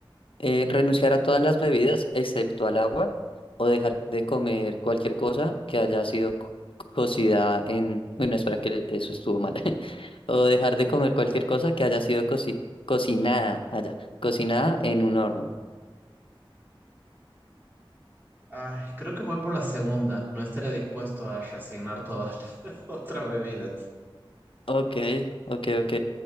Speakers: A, on the left; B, on the right.
A: Eh, renunciar a todas las bebidas excepto al agua o dejar de comer cualquier cosa que haya sido co- cocida en... Bueno, espera que le- eso estuvo mal. <laughs> O dejar de comer cualquier cosa que haya sido coci- cocinada allá, cocinada en un horno.
B: Ay, creo que voy por la segunda. No estaré dispuesto a resignar todas <laughs> las otras bebidas.
A: Ok, ok, ok.